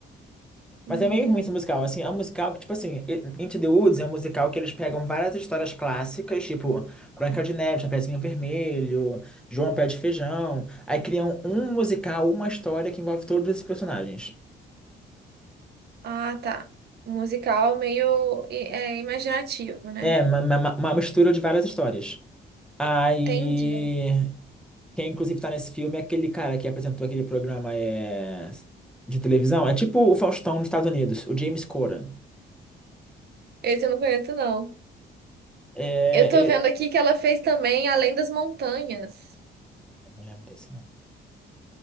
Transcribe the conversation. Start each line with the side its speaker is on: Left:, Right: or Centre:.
Centre: Mas
Right: Hum.
Centre: é meio ruim esse musical. Assim, é um musical que, tipo assim, e- Into the Woods é um musical que eles pegam várias histórias clássicas, tipo Branca de Neve, Chapeuzinho Vermelho, João Pé de Feijão. Aí criam um musical, uma história que envolve todos esses personagens.
Right: Ah, tá. Um musical meio i- é, imaginativo, né?
Centre: É, uma, uma, uma mistura de várias histórias. Aí,
Right: Entendi.
Centre: quem inclusive tá nesse filme é aquele cara que apresentou aquele programa é, de televisão. É tipo o Faustão dos Estados Unidos, o James Corden.
Right: Esse eu não conheço, não.
Centre: É,
Right: Eu tô
Centre: ele-
Right: vendo aqui que ela fez também Além das Montanhas.
Centre: eu Não lembro desse, não.